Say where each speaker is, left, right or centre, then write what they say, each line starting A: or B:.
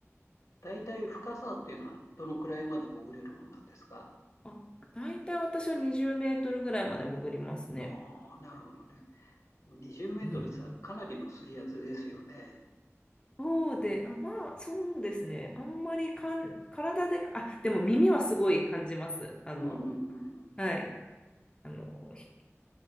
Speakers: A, on the left (about 80°); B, on the left (about 20°).
A: 大体深さっていうのは、どのくらいまで潜れるものなんですか
B: あ、大体私は20メートルぐらいまで潜りますね。
A: ああ、なるほどね。でも20メートルさ、
B: うん
A: かなりの水圧ですよね。
B: そうで、あ、まあ、そうですね。あんまりかん、体で、あ、でも耳はすごい感じます。あの、
A: うん、うん、うんうん。
B: はい。あの、ひ